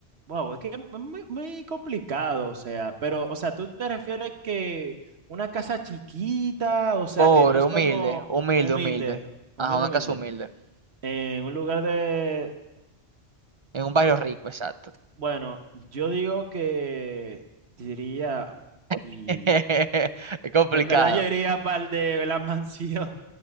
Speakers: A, on the right (about 70°); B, on the right (about 40°).
A: wow, es que es muy, muy complicado, o sea, pero, o sea, tú te refieres que una casa chiquita, o sea,
B: Pobre,
A: que no es
B: humilde,
A: como
B: humilde,
A: humilde,
B: humilde.
A: humilde,
B: Ajá, una
A: humilde,
B: casa humilde.
A: en un lugar de,
B: En un barrio rico, exacto.
A: bueno, yo digo que diría, y
B: <laughs> Es complicado.
A: en verdad yo iría para el de la mansión,